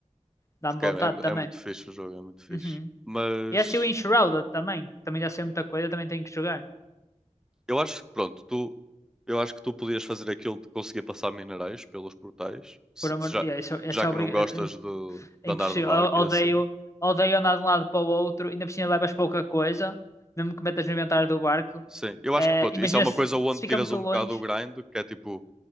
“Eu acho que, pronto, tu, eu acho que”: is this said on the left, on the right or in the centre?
Centre